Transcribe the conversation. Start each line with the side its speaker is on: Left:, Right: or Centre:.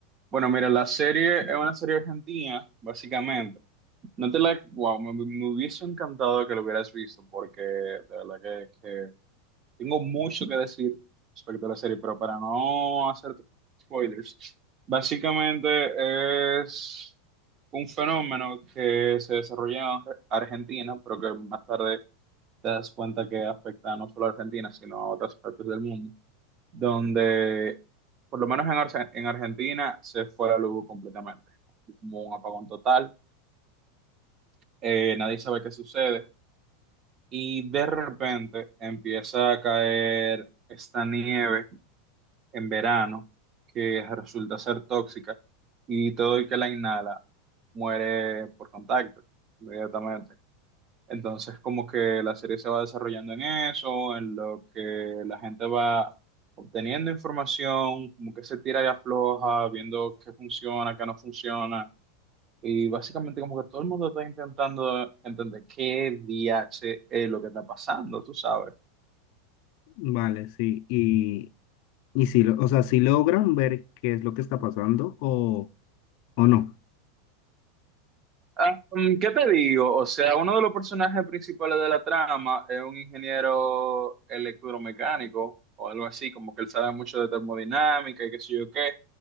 Right: Bueno, mira, la serie es una serie argentina, básicamente. No te la, wow, me, me hubiese encantado que lo hubieras visto, porque de verdad que Tengo mucho que decir respecto a la serie, pero para no hacer spoilers, básicamente es un fenómeno que se desarrolla en Ar- Argentina, pero que más tarde te das cuenta que afecta no solo a Argentina, sino a otras partes del mundo, donde por lo menos en, Arce- en Argentina se fue la luz completamente, como un apagón total, eh, nadie sabe qué sucede, y de repente empieza a caer esta nieve en verano que resulta ser tóxica y todo el que la inhala muere por contacto inmediatamente. Entonces, como que la serie se va desarrollando en eso, en lo que la gente va obteniendo información, como que se tira y afloja, viendo qué funciona, qué no funciona. Y básicamente como que todo el mundo está intentando entender qué DH es lo que está pasando, tú sabes.
Left: Vale, sí, y, y sí, lo- o sea, si logran ver qué es lo que está pasando o, o no.
Right: Ah, mm, ¿qué te digo? O sea, uno de los personajes principales de la trama es un ingeniero electromecánico o algo así, como que él sabe mucho de termodinámica y qué sé yo qué.